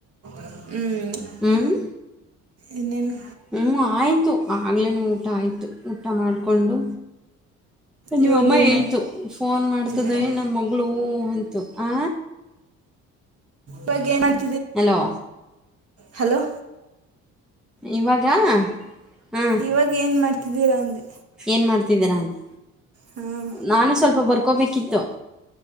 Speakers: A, on the right; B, in the centre.
A: ಹ್ಮ್
B: ಹ್ಮ್
A: ಇನ್ನೇನು
B: ಹ್ಮ ಆಯ್ ಆಯಿತು ಆಗಲೇ ನೀವು ಊಟ ಆಯತು ಊಟ ಮಾಡಿಕೊಂಡು ನಿಮ್ಮಮ್ಮ
A: ಇವಾಗ ಏನು
B: ಹೇಳ್ತು ಫೋನ್
A: ಮಾಡ್ತಿದ್ದೀರಾ
B: ಮಾಡ್ತದೆ ನಮ್ಮ ಮಗಳುೂ ಅಂತು ಆ
A: ಭಗೆ ಮತ್
B: ಹಲೋ
A: ಹಲೋ
B: ಇವಾಗ ಹಾ
A: ಇವಾಗ ಏನ್ ಮಾಡ್ತಿದ್ದೀರಾ ಅಂದೆ
B: ಏನ್ ಮಾಡ್ತಿದ್ದೀರಾ ಅಂತ
A: ಹಾಂ
B: ನಾನು ಸ್ವಲ್ಪ ಬರ್ ತೋಬೇಕಿತ್ತು